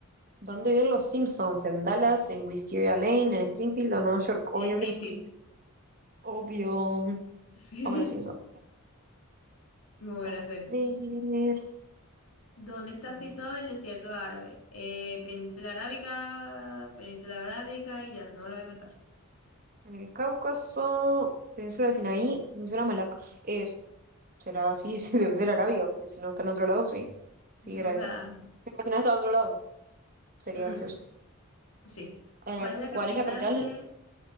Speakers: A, on the right; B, on the left.
A: ¿Dónde viven los Simpsons? ¿En Dallas? ¿En Wisteria Lane? ¿En Springfield o Nueva York?
B: En
A: Obvio
B: Springfield.
A: que en Springfield. Obvio.
B: Sí,
A: Vamos los Simpsons.
B: muy buena
A: A
B: serie.
A: ver.
B: ¿Dónde está
A: mm,
B: situado el desierto árabe? Eh, Península Arábica, Península Arábica y ya, no me lo voy a pensar.
A: En el Cáucaso, Península de Sinaí, Península Malaca. Es, será así, <laughs> sí, debe ser Arabia, porque si no está en otro lado, sí. Sí, era
B: O sea,
A: esa. Imagina estar en otro lado. Sería
B: mm,
A: gracioso.
B: sí.
A: Eh,
B: ¿Cuál es la
A: ¿cuál
B: capital
A: es la capital
B: de
A: de